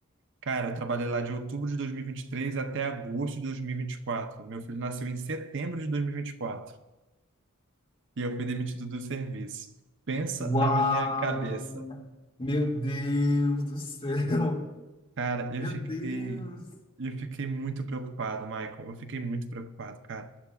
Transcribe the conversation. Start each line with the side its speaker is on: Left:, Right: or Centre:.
Right: Cara, eu trabalhei lá de outubro de 2023 até agosto de 2024. Meu filho nasceu em setembro de 2024 e vinte e quatro. E eu fui demitido do serviço. Pensa
Left: Uau!
Right: a minha cabeça.
Left: Meu Deus do céu!
Right: Cara, eu
Left: Meu
Right: fiquei,
Left: Deus!
Right: eu fiquei muito preocupado, Michael. Eu fiquei muito preocupado, cara.